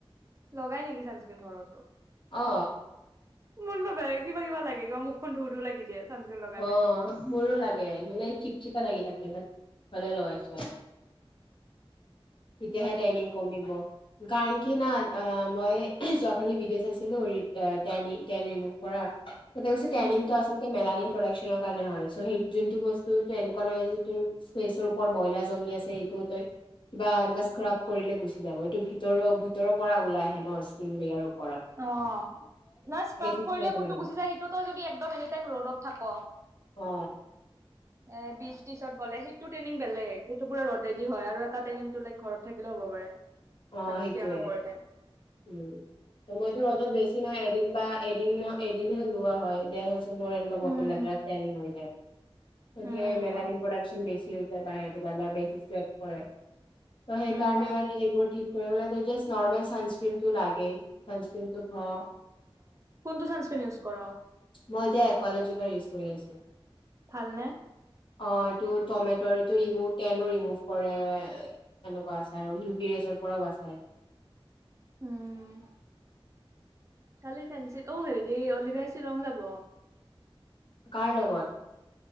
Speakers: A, on the right; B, on the left.
A: লগাই নেকি ছানস্ক্ৰীণ ঘৰতো?
B: অ।
A: মোৰ কিবা কিবা লাগে। কিবা মুখখন ধুহ ধুহ লগি দিয়ে। চানস্ক্ৰীন লগালে
B: অ, মোৰো লাগে মানে, চিপ-চিপা লাগি থাকে। বাত হলেও লগাইছো আৰু। তেতিয়াহে
A: সেইটোৱে
B: ট্ৰেইনিং কমিব। কাৰণ কি না মই যোৱাকালি ভিডিঅ' চাইছিলো টেন ৰিমভ কৰা। <inaudible> টেনিংটো
A: উম
B: আছিল মেলানিন। প্ৰডাকচনৰ কাৰণে হয় সেই যোনটো বস্তু ত এনেকুৱা নহয় তোৰ ওপৰত ব্ৰইলাৰ জমি আছে সেইটো তই বা এনেকুৱাই ইচ্ কাপ কৰিলে গুচি যাব এইটো ভিতৰৰ, ভিতৰৰ পৰা ওলাই আহে ন স্কিন বয়াৰ।
A: অঁ নাই স্ক্ৰাব
B: ঠিক
A: কৰিলে
B: কৰিব
A: কোনটো
B: নোৱাৰ
A: গুচি যায় সেইটো তই যদি একদম এনিটাইম ৰ'দত থাক
B: অ
A: এ বি ত্ৰিছত বলে সেইটো ট্ৰেইনিং বেলেগ সেইটো পুৰা ৰদৰেদি হয়। আৰু এটা ট্ৰেইনিংটো ল ঘৰত থাকিলেও হ'ব পাৰে। ভালকৈ
B: অ সেইটোয়ে
A: কেয়াৰ নকৰিলে
B: উম, সময়তো ৰ'দত বেছি নাই, এদিন বা এদিন এদিনহে লোৱা হয় দেনচ মোৰ এনেকুৱা বৰম
A: উম
B: লেতেৰাত য়াৰী হৈ যায় তে
A: উম
B: মেলাৰিয়েল প্ৰডশন বেছ বাহিৰৰে ওলালে আৰু বেছি চেভ কৰে তই সেইকাৰনে
A: উম
B: মানে সেবোৰ ঠিক ক জেষ্ট নৰ্মল চাই্ কিম টো লাগে চানস্ক্ৰিন টো ঘ
A: কোনটো চানস্ক্ৰিন ইউজ কৰ
B: মই এতিয়া একলজিক ইউজ কৰি আছো
A: ভালনে?
B: অঁ, এইটো টমেট এইটো ৰিমোভ টেনো ৰিমোভ কৰে, এনেকুৱা আছে। আৰু ইউ বি ৰেচৰ পৰাও বাচায়।
A: উম, কালি ফেঞ্চিত, অঁ হেৰি অলিভাই শ্বিলং যাব।
B: কাৰ লগত?